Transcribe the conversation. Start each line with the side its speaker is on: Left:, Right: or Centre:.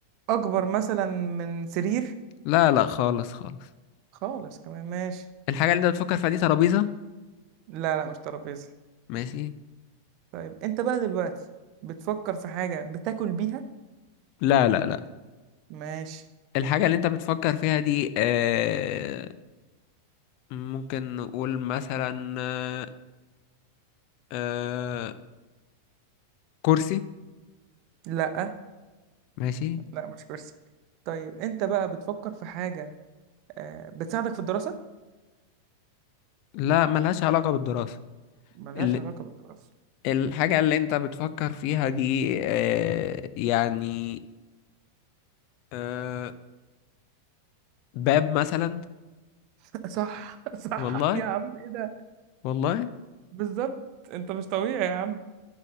Right: اكبر مثلا من سرير
Left: لا لا خالص خالص
Right: خالص كمان ماشي
Left: الحاجة اللي انت بتفكر فيها دي ترابيزة
Right: لا لا مش ترابيزه
Left: ماشي
Right: طيب انت بقى دلوقتي بتفكر في حاجه بتاكل بيها
Left: لا لا لا
Right: ماشي
Left: الحاجة اللي انت بتفكر فيها دي آه ممكن نقول مثلا آه آه، كرسي
Right: لا
Left: ماشي
Right: لا مش كرسي طيب انت بقى بتفكر في حاجه آه، بتساعدك في الدراسه
Left: لا ملهاش علاقة بالدراسة
Right: ملهاش
Left: ال-
Right: علاقه بالدراسه
Left: الحاجة اللي انت بتفكر فيها دي آه يعني آه باب مثلا
Right: <laughs> صح صح
Left: والله
Right: يا عم ايه
Left: والله
Right: بالظبط انت مش طبيعي يا عم